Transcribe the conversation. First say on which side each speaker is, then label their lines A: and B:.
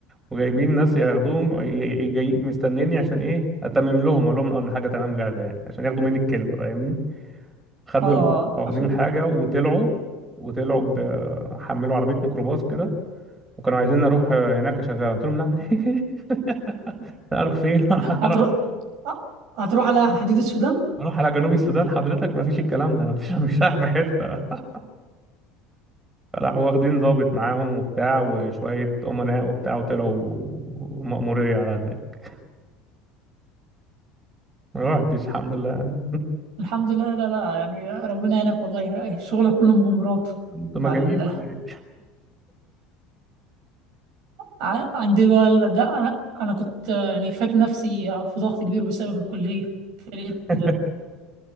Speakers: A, on the right; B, on the right.
A: وجايبين ناس ياخدوهم ي- ي- جاي مستنيني عشان ايه اتمم لهم اقول لهم اه ان حاجه تمام جاهزه يعني عشان ياخدوا مني الكلمه فاهمني خدوا
B: اه
A: ال- واخدين
B: عشان
A: الحاجة وطلعوا وطلعوا ب- حملوا عربية ميكروباص كده وكانوا عايزين نروح هناك أشغلها قلت لهم لا أنا <laughs> لا أروح فين <laughs>
B: هتروح
A: أروح
B: هتروح على حدود السودان
A: أروح على جنوب السودان حضرتك ما فيش الكلام ده أنا مش مش رايح في حتة راحوا واخدين ضابط معاهم وبتاع وشوية أمناء وبتاع وطلعوا مأمورية على هناك ما رحتش الحمد لله
B: الحمد لله لا لا يعني ربنا يعينك والله شغلك كله مغامرات
A: انتوا
B: مع
A: مجانين
B: ال...
A: ولا ايه
B: ع- عندي بقى ال- ده انا أنا كنت يعني فاكر نفسي في ضغط كبير بسبب الكليه تريت
A: <laughs>